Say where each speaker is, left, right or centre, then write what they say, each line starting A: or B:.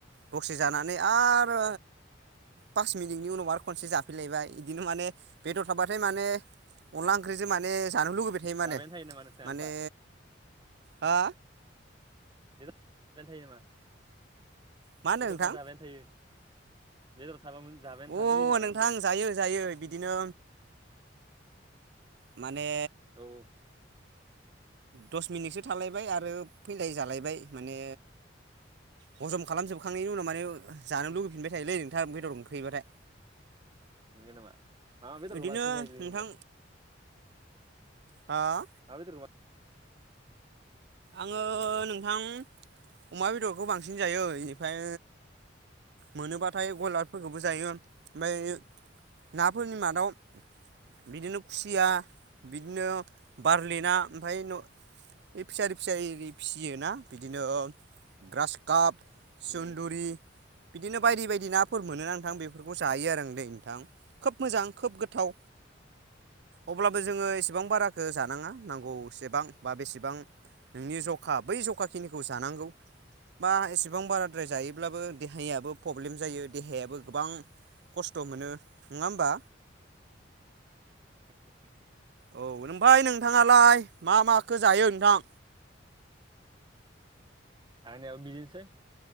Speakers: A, on the right; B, on the right.
A: दसे जानानै आरो पास मिनिटनि उनाव आरो खनसे जाफैलायबाय बिदिनो माने बेदर थाबाथाय माने अनला ओंख्रिजों माने जानो लुुबैबाय थायो माने
B: जाबायानो नामा नोंथाङा
A: माने
B: होमबा
A: हा
B: बेद जाबायानो थायो नामा
A: मा होनो
B: बेदरबा
A: नोंथां
B: जाबायानो थायो बेदर थाबा जाबायानो
A: अ
B: थानो लुबैयो नामा
A: नोंथां
B: होनदों नोंथांखौ?
A: जायो जायो बिदिनो माने
B: औ
A: दस मिनिटसो थालायबाय आरो फैलाय जालायबाय माने हजम खालामजोबखांनायनि उनाव माने जानो लुगैफिनबाय थायोलै नोंथाङा बेदर ओंख्रिबाथाय
B: नंगौ नामा मा मा बेदरखौ
A: बिदिनो
B: बांसिन जायो नोंलाय
A: नोंथां हा
B: मा बेदरमोन?
A: आङो नोंथां अमा बेदरखौ बांसिन जायो बेनिफ्राय मोनोबाथाय बयलारफोरखौबो जायो ओमफ्राय नाफोरनि मादाव बिदिनो खुसिया बिदिनो बारलि ना ओमफ्राय फिसारि फिसारि फिसियोना बिदिनो ग्रास काप
B: बांसिन
A: सन्दुरि
B: उम
A: बिदिनो बायदि बायदि नाफोर मोनोना नोंथां बेफोरखौ जायो आरो आं दै नोंथां खोब मोजां खोब गोथाव अब्लाबो जोङो एसेबां बाराखौ जानाङा नांगौ एसेबां बा बेसेबां नोंनि जखा बै जखा खिनिखौ जानांगौ बा एसेबां बाराद्राय जायोब्लाबो देहायाबो प्रब्लेम जायो देहायाबो गोबां खस्थ' मोनो नङा होनबा?
B: <unintelligible>
A: औ ओमफ्राय नोंथाङालाय मा माखौ जायो नोंथां?
B: आंनियाबो बिदिनोसै